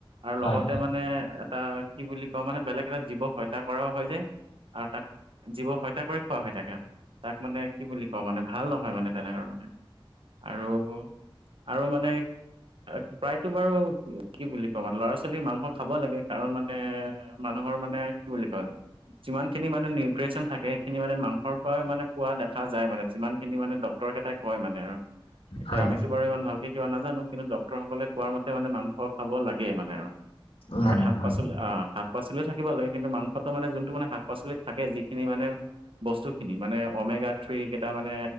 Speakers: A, on the right; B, on the left.
A: আৰু
B: হয়
A: লগতে মানে এটা কি বুলি কও মানে বেলেগ এটা জীৱক হত্যা কৰাও হয় যায়। আৰু তাক জীৱ হত্যা কৰি খোৱা হয় তাকে তাক মানে কি বুলি কও মানে ভাল নহয় মানে তেনে ধৰ মানে আৰু আৰু মানে প্ৰায়তো বাৰু কি বুলি কম মানে ল'ৰা ছোৱালী মাংস খাব লাগে কাৰণ মানে মানুহৰ মানে কি বুলি কয় যিমান খিনি মানে নিউট্ৰিচন থাকে সেইখিনি মানে মাংসৰ পৰাই মানে পোৱা দেখা যায় মানে যিমান খিনি মানে ডক্তৰ কেইটাই কয় মানে আৰু এতিয়া
B: হয়
A: আমিতো
B: হয়
A: বাৰু ইমান ভালকে কিবা নাজানো কিন্তু ডক্তৰসকলে কোৱা মতে মানে মাংস খাব লাগে মানে আৰু।
B: হয়
A: আৰু
B: লাগে
A: শাক পাচলি আহ শাক পাচলিও থাকিব লাগে কিন্তু মাংসটো মানে যোনটো মানে শাক পাচলিত থাকে যিখিনি মানে বস্তু খিনি মানে অমেগা থ্ৰী কেইটা মানে